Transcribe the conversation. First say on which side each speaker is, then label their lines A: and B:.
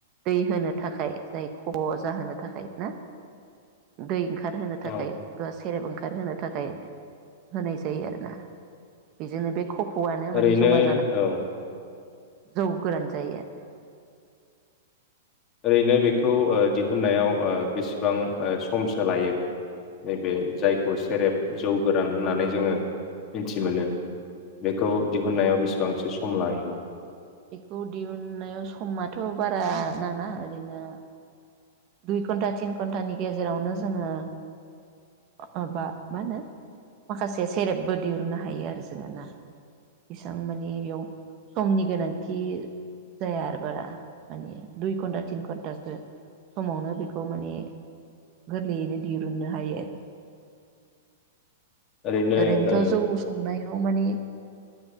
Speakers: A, on the right (about 40°); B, on the left (about 30°).
A: दै होनो थाखाय जाय ख' जाहोनो थाखाय ना दै ओं खार होनो थाखाय
B: औ
A: सेरेब ओंखार होनो थाखाय होनाय जायो आरोना बेजोंनो बे खफ'आनो
B: ओरैनो
A: माने जमा
B: औ।
A: जौ गोरान जायो आरो।
B: ओरैनो बेखौ ओ दिहुननायाव ओ बेसेबां ओ समसो लायो नैबे जायखौ सेरेब जौ गोरान होननानै जोङो मिथि मोनो। बेखौ दिहुननायाव
A: औ
B: बेसेबांसो सम लायो? <inaudible>
A: बेखौ दिहुनन्नायाव समथ' बारा नाङा ओरैनो दुइ घन्टा थिन घन्टानि गेजेरावनो जोङो माबा मा होनो माखासे सेरेबबो दिहुननो हायो आरो जोङो ना। बेसां मानि बेयाव समनि गोनां थिर जाया आरो बारा माने दुय घण्टा थिन घण्टासो समावनो बेखौ माने गोरलैयैनो दिरुननो हायो।
B: ओरैनो
A: ओरैनोथ'
B: ओ
A: जौ संनायाव मानि